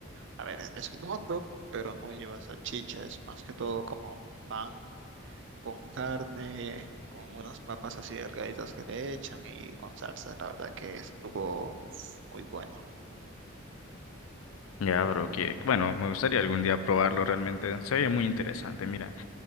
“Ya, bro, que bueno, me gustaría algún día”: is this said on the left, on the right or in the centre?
Left